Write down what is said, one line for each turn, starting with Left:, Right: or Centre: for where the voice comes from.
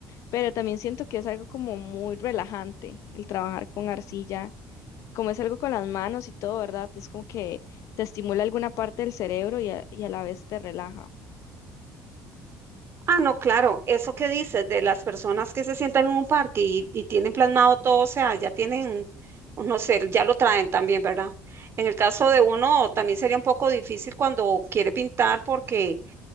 Left: Pero también siento que es algo como muy relajante el trabajar con arcilla como es algo con las manos y todo, ¿verdad? Es como que te estimula alguna parte del cerebro y a, y a la vez te relaja.
Right: Ah, no, claro, eso que dices de las personas que se sientan en un parque y, y tienen plasmado todo, o sea, ya tienen, no sé, ya lo traen también, ¿verdad? En el caso de uno, también sería un poco difícil cuando quiere pintar porque